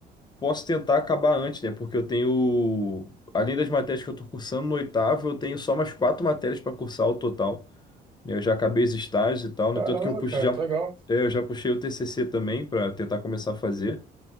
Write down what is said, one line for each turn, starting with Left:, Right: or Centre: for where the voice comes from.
Left: posso tentar acabar antes, né? Porque eu tenho. Além das matérias que eu tô cursando no oitavo, eu tenho só mais quatro matérias para cursar o total. Eu já acabei os estágios e tal, no
Right: Caramba,
Left: entanto que eu puxei,
Right: cara,
Left: já,
Right: que legal.
Left: é, eu já puxei o TCC também para tentar começar a fazer,